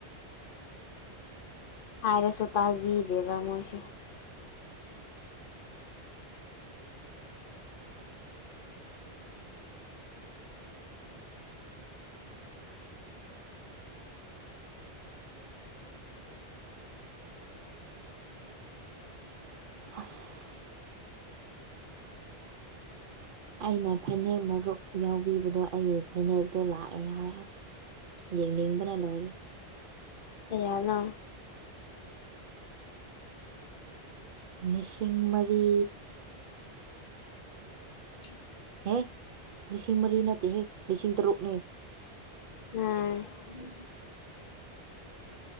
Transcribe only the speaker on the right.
ꯑꯁ ꯑꯩꯅ ꯐꯅꯦꯛ ꯃꯔꯨꯞ ꯌꯥꯎꯕꯤꯕꯗꯣ ꯑꯩꯒꯤ ꯐꯅꯦꯛꯇꯣ ꯂꯥꯛꯑꯦ ꯍꯥꯏꯑꯁ ꯌꯦꯡꯅꯤꯡꯕꯅ ꯂꯣꯏꯔꯦ
ꯅꯤꯁꯤꯡ ꯃꯔꯤ
ꯍꯦ ꯂꯤꯁꯤꯡ ꯃꯔꯤ ꯅꯠꯇꯦꯍꯦ ꯂꯤꯁꯤꯡ ꯇꯔꯨꯛꯅꯦ